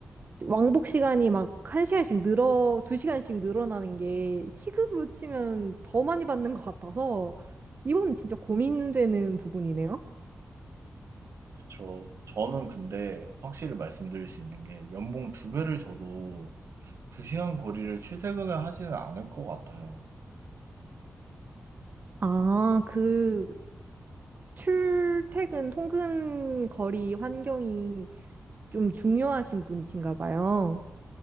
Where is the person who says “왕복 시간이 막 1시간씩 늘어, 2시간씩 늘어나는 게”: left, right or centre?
Right